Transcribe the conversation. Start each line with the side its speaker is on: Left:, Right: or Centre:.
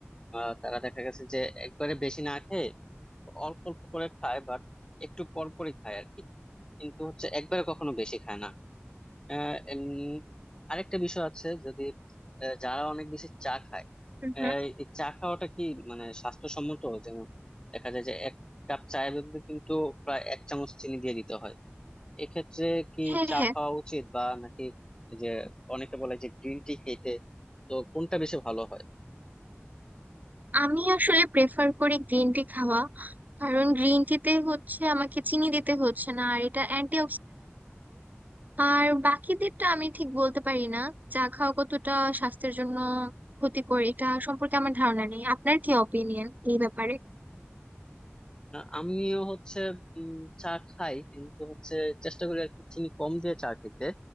Left: আহ, তারা দেখা গেছে যে একবারে বেশি না খেয়ে অল্প অল্প করে খায় বাট একটু পর পরই খায় আর কি কিন্তু হচ্ছে একবারে কখনো বেশি খায় না আহ, উম, আরেকটা বিষয় আছে যদি আহ, যারা অনেক বেশি চা খায়
Right: হুম
Left: আহ,
Right: হুম
Left: এই চা খাওয়াটা কি মানে স্বাস্থ্যসম্মত যেমন দেখা যায় যে এক কাপ চায়ের মধ্যে কিন্তু প্রায় এক চামচ চিনি দিয়ে দিতে হয় এক্ষেত্রে কি
Right: হ্যাঁ
Left: চা
Right: হ্যাঁ
Left: খাওয়া উচিত বা নাকি এই যে অনেকে বলে যে গ্রিন টি খেতে তো কোনটা বেশি ভালো হয়
Right: আমি আসলে প্রেফার করি গ্রিন টি খাওয়া কারণ গ্রিন টিতে হচ্ছে আমাকে চিনি দিতে হচ্ছে না আর এটা অ্যান্টি আর বাকিদেরটা আমি ঠিক বলতে পারি না চা খাওয়া কতটা স্বাস্থ্যের জন্য ক্ষতিকর এটা সম্পর্কে আমার ধারণা নেই আপনার কি অপিনিয়ন এই ব্যাপারে
Left: না আমিও হচ্ছে উম, চা খাই কিন্তু হচ্ছে চেষ্টা করি আর কি চিনি কম দিয়ে চা খেতে